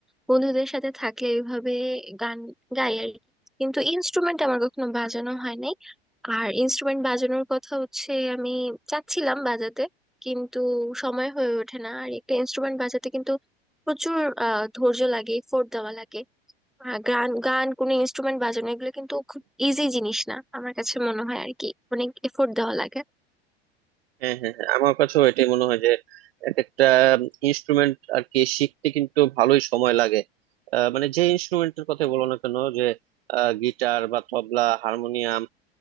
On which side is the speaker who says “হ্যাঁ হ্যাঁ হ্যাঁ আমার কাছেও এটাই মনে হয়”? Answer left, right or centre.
Right